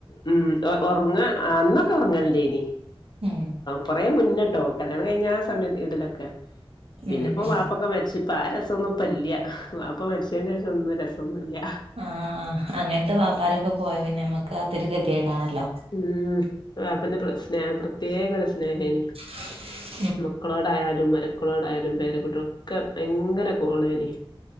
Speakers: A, on the left; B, on the right.
A: ഉം ഒറങ്ങ് അന്നൊക്കെ ഒറങ്ങലൊണ്ടേനി
B: ഉം
A: കുറേ മുന്നേട്ടോ കല്യാണം കഴിഞ്ഞാ സമയ ഇടലൊക്കെ പിന്നിപ്പോ
B: ഉം ഉം
A: വാപ്പൊക്കെ മരിച്ചിപ്പ ആ രസൊന്നും ഇപ്പല്യ വാപ്പ മരിച്ചേന്റെ ശേഷം ഒന്നും രസൊന്നില്യ
B: ആഹ് അങ്ങനത്തെ വാപ്പാരൊക്കെ പോയ പിന്നമ്മക്ക് അതൊരു ഗതിയേടാണല്ലോ
A: ഉം വാപ്പേന്ന പെ സ്നേഹം പ്രത്യേകൊരു സ്നേഹേനി
B: <inaudible>
A: മക്കളോടായാലും മരക്കളോടായാലും പേരകുട്ടികളൊക്കെ ഭയങ്കര കോളേനി